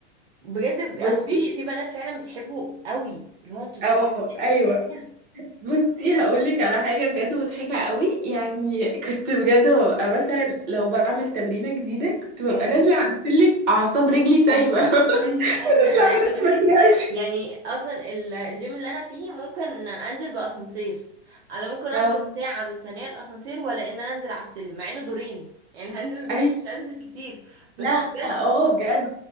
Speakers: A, on the right (about 60°); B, on the right (about 40°).
A: بجد
B: بصي
A: أصل في في بنات فعلا بتحبه قوي اللي هو انتوا إزاي
B: او ايوه
A: كده
B: بصي هقولك على حاجة بجد مضحكة قوي يعني كنت بجد ببقى مثلا لو بعمل تمرينة جديدة كنت ببقى
A: أنا
B: نازلة على السلم أعصاب رجلي
A: مش
B: سايبة
A: قادرة <laughs>
B: <laughs>
A: مش قادرة
B: نازلة
A: أنا
B: أعمل
A: عايزة أقول
B: ما
A: لك
B: تريقش.
A: يعني أصلا ال- الجيم اللي أنا فيه ممكن أنزل بأسانسير أنا ممكن أفضل
B: أو
A: ساعة مستنية الأسانسير ولا إن أنا أنزل على السلم مع إنه دورين يعني هنزل دورين
B: أي
A: مش هنزل كتير بس
B: لا
A: بجد
B: اه بجد